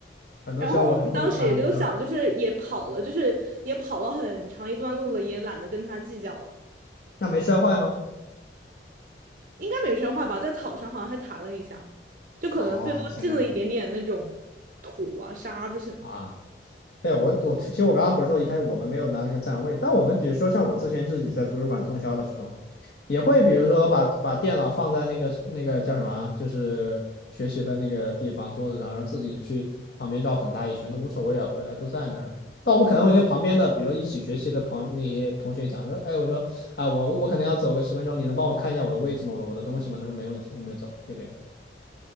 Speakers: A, on the left; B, on the right.
A: 很多时候我还碰到啊，
B: 然后我们当时也就想，
A: 你说
B: 就是也跑了，就是也跑了很长一段路了，也懒得跟他计较了。
A: 那没摔坏吗？
B: 应该没摔坏吧，在草上好像还弹了一下，就可能最多进了一点点那种
A: 哦，天呐，
B: 土啊、沙子什么的。
A: 啊。对，我我其实我刚刚不是说一开始我们没有拿那个站位，但我们比如说像我之前自己在图书馆通宵的时候，也会比如说把把电脑放在那个那个叫什么啊就是学习的那个地方桌子上，然后自己去旁边绕很大一圈都无所谓啊，回来都在那儿。但我们可能会跟旁边的，比如一起学习的朋那些同学讲说，哎，我说啊，我我可能要走个十分钟，你能帮我看一下我的位置吗？我的我的东西吗？他说没问题，我们就走，就这样。